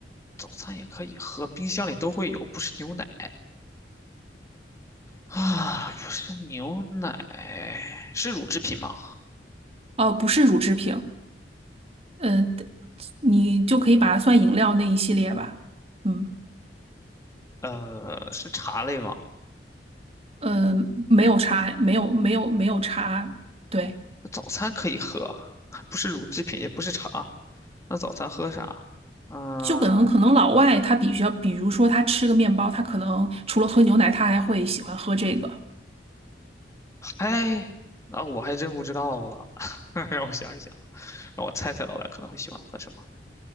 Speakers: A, on the left; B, on the right.
A: 早餐也可以喝，冰箱里都会有，不是牛奶啊，不是牛奶，是乳制品吗？
B: 哦、不是乳制品，嗯、呃，你就可以把它算饮料那一系列吧，嗯，
A: 呃，是茶类吗？
B: 呃，没有茶，没有没有没有茶，对，
A: 那早餐可以喝，还不是乳制品，也不是茶，那早餐喝啥？嗯，
B: 就可能可能老外他比较，比如说他吃个面包，他可能除了喝牛奶，他还会喜欢喝这个。
A: 哎，那我还真不知道了，<laughs> 让我想一想，让我猜猜老板可能会喜欢喝什么？